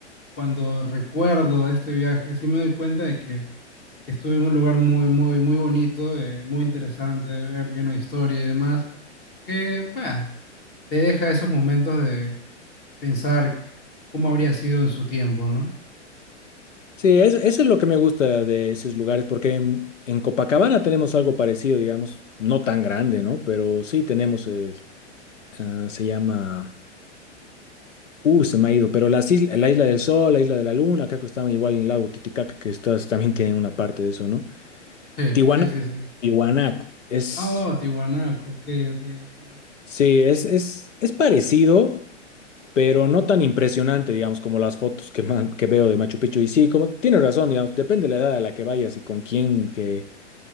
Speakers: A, on the left (about 30°); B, on the left (about 90°).
A: cuando recuerdo este viaje, sí me doy cuenta de que, que estuve en un lugar muy, muy, muy bonito, eh, muy interesante de ver, lleno de historia y demás, que, bah, te deja esos momentos de pensar cómo habría sido en su tiempo, ¿no?
B: Sí, es- eso es lo que me gusta de esos lugares, porque en, en Copacabana tenemos algo parecido, digamos, no tan grande, ¿no? Pero sí tenemos, el, ah, se llama, uh, se me ha ido, pero las isla- la Isla del Sol, la Isla de la Luna, acá que estaban igual en el lago Titicaca, que estas también tienen una parte de eso, ¿no?
A: Sí,
B: Tiwanaku,
A: sí, sí, sí.
B: Tiwanaku, es,
A: Oh, Tiwanaco, ok, ok, ok.
B: sí, es, es, es parecido, pero no tan impresionante, digamos, como las fotos que, man- que veo de Machu Picchu. Y sí, como tienes razón, digamos, depende de la edad a la que vayas y con quién, que